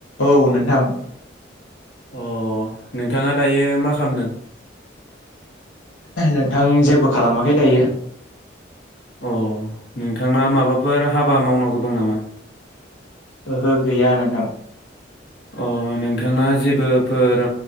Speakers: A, on the left; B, on the left.
A: औ नोंथां ।
B: अ नोंथाङा दायो मा खालामदों?
A: नोंथां जेबो खालामाखै दायो ।
B: अ नोंथांना माबाफोर हाबा मावनांगौ दं नामा?
A: ओहो गैया नोंथां ।
B: अ नोंथाङा जेबोफोर